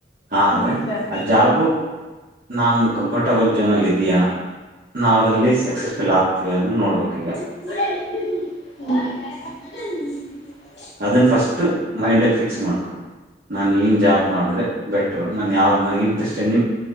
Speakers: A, on the right; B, on the left.
A: ಆದ್ರೆ
B: ಹ್ಞೂ ಸರ್
A: ಆ ಜಾಬು. ನಾವು ಕಂಫರ್ಟಬಲ್ ಝೋನಲ್ಲಿ ಇದ್ದಿಯಾ. ನಾವು ಅದರಲ್ಲಿ ಸೆಕ್ಸಸ್ಫುಲ್ ಆಗ್ತಿವ ಅದನ್ನ ನೋಡ್ಬೇಕು ಈಗ.
B: <unintelligible>
A: ಅದನ್ ಫಸ್ಟ್ ಮೈಂಡ್ ಅಲ್ಲಿ ಫಿಕ್ಸ್ ಮಾಡ್ಕೊ. ನಾನ ಏನ್ ಜಾಬ್ ಮಾಡಿದ್ರೆ ಬೆಟರು ನನ್ ಯಾವ್ದ್ ನನ್ಗಿನ <unintelligible> ನಿಮ್